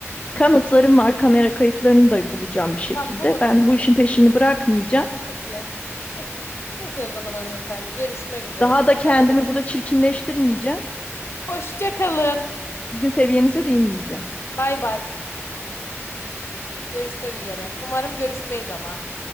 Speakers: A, on the left; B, on the left.
A: Kanıtlarım var. Kamera kayıtlarını da bulacağım bir şekilde.
B: Tamam bulun
A: Ben
B: lütfen.
A: bu işin peşini bırakmayacağım.
B: Peki. Peki. Peki o zaman hanımefendi. Görüşmek üzere.
A: Daha da
B: İnşallah
A: kendimi
B: görüşmeyiz.
A: burada çirkinleştirmeyeceğim.
B: Hoşça kalın.
A: Sizin seviyenize de inmeyeceğim.
B: Bay bay. Görüşmek üzere. Umarım görüşmeyiz ama.